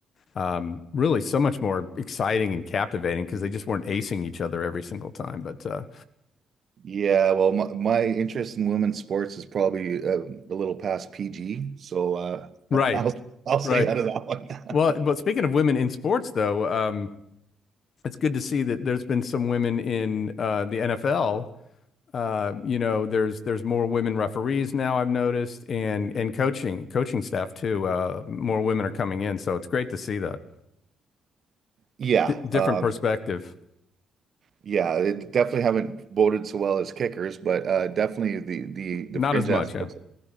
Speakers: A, on the left; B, on the right.
A: um, really so much more exciting and captivating because they just weren't acing each other every single time. But uh,
B: Yeah, well, my, my interest in women's sports is probably uh, a little past PG, so uh,
A: right,
B: <laughs> I'll I'll stay
A: right.
B: out of that one.
A: Well,
B: <laughs>
A: but speaking of women in sports, though, um, it's good to see that there's been some women in uh, the NFL. Uh, you know, there's there's more women referees now. I've noticed, and and coaching coaching staff too. Uh, more women are coming in, so it's great to see that
B: Yeah,
A: D- different
B: um,
A: perspective.
B: Yeah, they definitely haven't voted so well as kickers, but uh, definitely the the the
A: Not
B: fringe
A: as much,
B: aspects,
A: yeah.